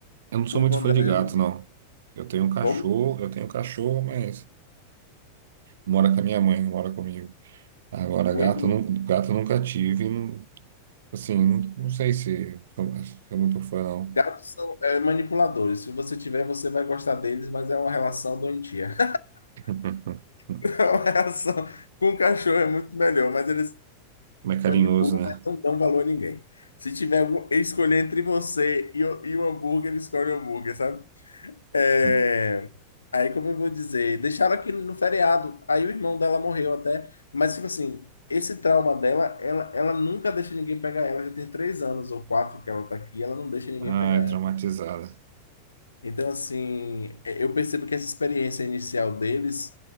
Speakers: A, on the right; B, on the left.
A: eu não sou
B: O
A: muito
B: irmão
A: fã
B: dela
A: de gato,
B: já morreu.
A: não. Eu tenho um cachorro,
B: Como?
A: eu tenho um cachorro, mas mora com a minha mãe, não mora comigo. Agora,
B: O,
A: gato,
B: o-
A: não, gato nunca tive. não- assim, não, não sei se sou se sou muito fã, não.
B: gatos são é, manipuladores. Se você tiver, você vai gostar deles, mas é uma relação doentia.
A: <laughs>
B: <laughs> A relação com o cachorro é muito melhor, mas eles
A: Mas é carinhoso,
B: manipulam,
A: né?
B: mas não dão valor a ninguém. Se tiver algum, escolher entre você e o, e o hambúrguer, ele escolhe o hambúrguer, sabe? É,
A: <laughs>
B: Aí, como eu vou dizer, deixaram aqui no feriado. Aí o irmão dela morreu até. Mas, tipo assim, esse trauma dela, ela, ela nunca deixa ninguém pegar ela. Já tem três anos ou quatro que ela tá aqui, ela não deixa ninguém
A: Ai,
B: pegar ela.
A: traumatizada.
B: Então, assim, é, eu percebo que essa experiência inicial deles